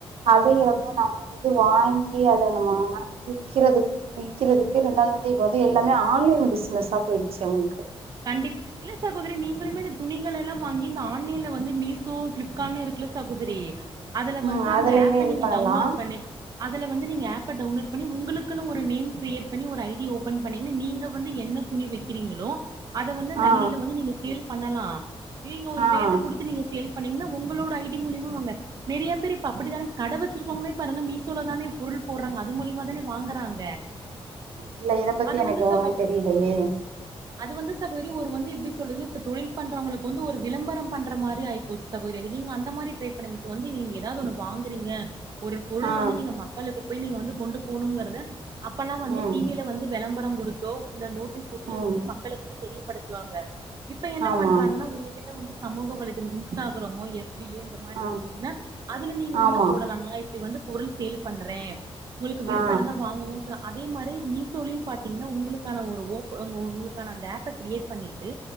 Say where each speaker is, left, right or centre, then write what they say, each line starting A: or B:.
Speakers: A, on the right; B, on the right.
A: அதுகிறப்போ நம்ம வந்து வாங்கி அத நம்ம விக்கிறது விகிறதுக்கு ரெண்டாவதுந்து இப்ப வந்து எல்லாமே ஆன்லைன் பிஸ்னஸா போயிடுச்சு அவுங்களுக்கு
B: கண்டிப் இல்ல சகோதரி நீங்களுமே இந்த துணி ட்யெல்லா வாங்கி இந்த ஆன்லைன்ல வந்து மீசோ பிளிப்கார்ட் இருக்குல சகோதரி அதுல
A: ம்
B: வந்து அந்த
A: அதுலயுமே
B: ஆப்ப
A: இது
B: நீங்க
A: பண்ணலா
B: டவுன்லோட் பண்ணிட் அதல வந்து நீங்க ஆப்ப டவுன்லோட் பண்ணி உங்களுக்கு ஒரு நேம் கிரையிட் பண்ணி ஒரு ஐடிய ஓபன் பண்ணீங்க நீங்க வந்து என்ன என்ன துணி வைக்கிறீங்களோ அத வந்து அந்த
A: ஆ
B: ஐடியில வந்து நீங்க சேல் பண்ணலா நீங்க ஒரு
A: ஆ
B: ரேட்டு குடுத்து நீங்க சேல் பண்ணீங்கன்னா ஒங்களோட ஐடி மூலியமாங்க நெறையா பேர் இப்ப அப்டித்தானே கட வச்சிருக்கங்களோ பாருங்க மீசோல தானே பொருள் அது போடுறாங்க அது மூலியமா தானே வாங்குறாங்க
A: இல்ல இத பத்தி
B: அது
A: எனக்கு
B: வந்து ச
A: விவரம் தெரியலையே
B: அது வந்து சகோதரி ஒரு வந்து எப்டி சொல்றது இப் தொழில் பண்றவங்களுக்கு வந்து ஒரு விளம்பரம் பண்ற மாரி ஆயிப்போச்சு சகோதரி நீங்க அந்த மாரி இந்தமாரி ட்ரை பண்ணுங் வந்து நீங்க ஏதாது ஒன்னு வாங்குறீங்க ஒரு பொருள்
A: ஆ
B: வந்து நீங்க மக்களுக்கு போய் நீங்க வந்து கொண்டு போணுங்கிறத அப்பல்லா வந்து
A: ம்
B: டி வி ல வந்து விளம்பரோ குடுத்தோ இந்த நோட்டீஸ் ஒட்டியோ
A: ம்
B: வந்து மக்கள வந்து தெரியப்படுத்துவாங்க இப்ப என்ன
A: ஆமா
B: பண்றாங்கனா உங்ககிட்ட வந்து சமூக வலைதம் இன்ஸ்டாகிராமோ எ ப்பியோ இந்த மாரி
A: ஆ
B: இருந்துச்சுன்னா அதுல நீங்க
A: ஆமா
B: வந்து போடலானா இப்டி வந்து பொருள் சேல் பண்றே உங்களுக்கு விருப்ப
A: ஆ
B: இருந்தா வாங்குங்கன் சொன இதே மாரி மீஷோலயு பாத்தீங்கன்னா உங்களுக்கான ஒரு ஓப் அ உங் உங்களுக்கான அந்த ஆப்ப கிரியேட் பண்ணிட் டு